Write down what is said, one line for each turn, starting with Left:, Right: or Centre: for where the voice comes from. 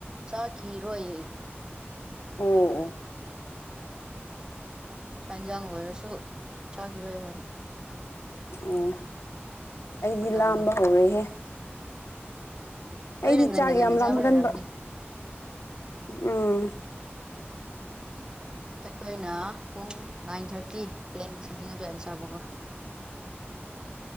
Right: ꯆꯥꯈꯤꯔꯣꯢꯌꯦ ꯑꯦ
Left: ꯑꯣ ꯑꯣ
Right: ꯆꯥꯛ ꯏꯟꯖꯥꯡ ꯂꯣꯏꯔꯁꯨ ꯆꯥꯈꯤꯔꯣꯏ ꯍꯥꯏꯕ꯫
Left: ꯑꯣ ꯑꯩꯗꯤ
Right: ꯃꯇꯝꯗꯣ
Left: ꯂꯥꯝꯕ ꯍꯧꯔꯦꯍꯦ
Right: ꯅꯣꯏꯅ
Left: ꯑꯩꯗꯤ
Right: ꯉꯟꯅ
Left: ꯆꯥꯛ
Right: ꯉꯟꯅ
Left: ꯌꯥꯝ ꯂꯥꯝꯒꯟꯕ꯫
Right: ꯆꯥꯕꯩ ꯑꯣꯏꯔꯝꯅꯤ
Left: ꯎꯝ
Right: ꯑꯩꯈꯣꯏꯅ ꯄꯨꯡ ꯅꯥꯏꯟ ꯊꯥꯔꯇꯤ ꯇꯦꯟ ꯈꯨꯗꯤꯡ ꯑꯗꯨꯋꯥꯏꯗ ꯆꯥꯕꯀꯣ꯫